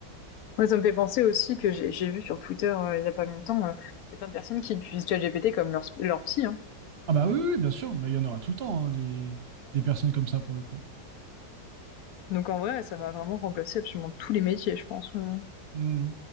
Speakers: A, on the left; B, on the right.
A: Moi, ça me fait penser aussi que j'ai j'ai vu sur Twitter euh, il y a pas longtemps, euh, il y a plein de personnes qui utilisent ChatGPT comme leur, leur psy. Hein.
B: Ah bah oui, oui, bien sûr, mais il y en aura tout le temps, hein, les- des personnes comme ça, pour le coup.
A: Donc en vrai, ça va vraiment remplacer absolument tous les métiers, je pense. euh.
B: Mmh.